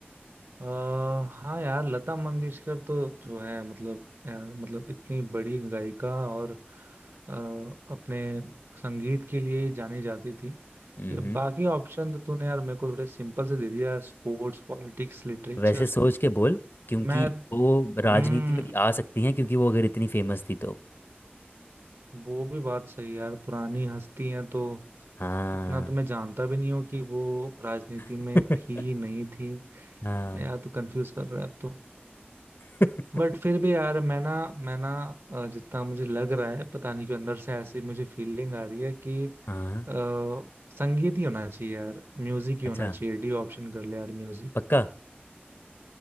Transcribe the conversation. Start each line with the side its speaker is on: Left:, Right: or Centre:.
Right: आ, हाँ यार लता मंगेशकर तो जो है मतलब यार मतलब इतनी बड़ी गायिका और अ, अपने संगीत के लिए ही जानी जाती थी
Left: हम्म
Right: ये बाकी ऑप्शन तो तूने यार मेरे को थोड़े सिंपल से दे दिया स्पोर्ट्स पॉलिटिक्स लिटरेचर
Left: वैसे सोच के बोल क्योंकि
Right: मैं
Left: वो राजनीति
Right: हम्म,
Left: में भी आ सकती हैं क्योंकि वो अगर इतनी फेमस थी तो
Right: वो भी बात सही है यार पुरानी हस्ती हैं तो
Left: हाँ
Right: इतना तो मैं जानता भी नहीं हूँ कि वो राजनीति में
Left: <laughs>
Right: थी नहीं थी
Left: हाँ
Right: यार तो कंफ्यूज कर रहा है अब तो
Left: <laughs>
Right: बट फिर भी यार मैं ना मैं ना अ, जितना मुझे लग रहा है पता नहीं क्यों अंदर से ऐसी मुझे फीलिंग आ रही है कि
Left: हाँ
Right: आ, संगीत ही होना चाहिए यार म्यूजिक ही होना
Left: अच्छा
Right: चाहिए डी ऑप्शन कर ले यार म्यूजिक
Left: पक्का